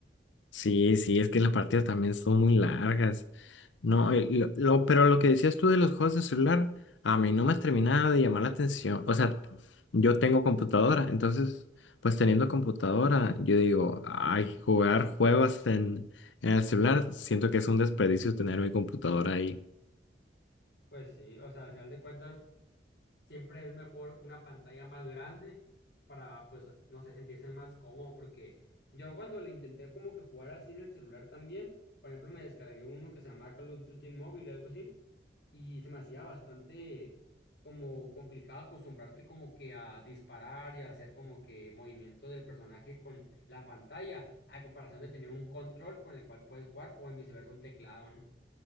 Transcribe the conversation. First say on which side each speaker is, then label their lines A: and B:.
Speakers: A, on the left (about 85°); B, on the left (about 65°).
A: Sí, sí, es que las partidas también son muy largas. No, eh, lo, lo- pero lo que decías tú de los juegos de celular, a mí no me terminaba de llamar la atención. O sea, yo tengo computadora, entonces, pues teniendo computadora, yo digo, ay, jugar juegos en, en el celular, siento que es un desperdicio tener mi computadora ahí.
B: Pues sí, o sea, al final de cuentas, siempre es mejor una pantalla más grande para, pues, no sé, sentirse más cómodo, porque yo cuando le intenté como que jugar así en el celular también, por ejemplo, me descargué uno que se llamaba Call of Duty Mobile o algo así, y se me hacía bastante como complicado acostumbrarte como que a disparar y a hacer como que movimiento del personaje con la pantalla, a comparación de tener un control con el cual puedes jugar o en viceversa un teclado, ¿no?